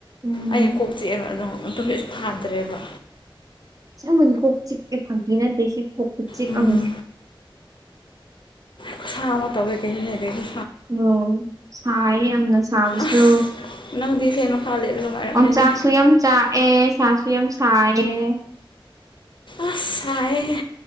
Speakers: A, on the right; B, on the left.
A: ꯎꯝ
B: ꯑꯩ ꯀꯣꯛꯆꯤꯛꯑꯦꯕ ꯑꯗꯣ ꯇꯨꯝꯁꯤꯠꯁꯨ ꯐꯥꯗ꯭ꯔꯦꯕ꯫
A: ꯑꯁꯦꯡꯕꯅꯦ ꯀꯣꯛ ꯆꯤꯛꯑꯦ ꯐꯥꯒꯤ ꯅꯠꯇꯦ ꯁꯤ ꯀꯣꯛꯄ ꯆꯤꯛ
B: ꯎꯝ
A: ꯑꯃꯅꯤ꯫
B: ꯈꯨꯁꯥ ꯑꯃ ꯇꯧꯋꯦ ꯀꯩꯅꯣꯅꯦ ꯑꯗꯒꯤ
A: ꯑꯣ ꯁꯥꯌꯦ ꯌꯥꯝꯅ ꯁꯥꯕꯁꯨ꯫
B: ꯑꯁ ꯅꯪꯗꯤ ꯐꯦꯟ ꯃꯈꯥ ꯂꯩꯕ ꯅꯨꯡꯉꯥꯏꯔꯝꯅꯤꯅꯦ꯫
A: ꯑꯣꯝꯆꯥꯛꯁꯨ ꯌꯥꯝ ꯆꯥꯛ ꯑꯦ ꯁꯥꯁꯨꯨ ꯌꯥꯝ ꯁꯥꯌꯦ꯫
B: ꯑꯁ ꯁꯥꯌꯦꯍꯦ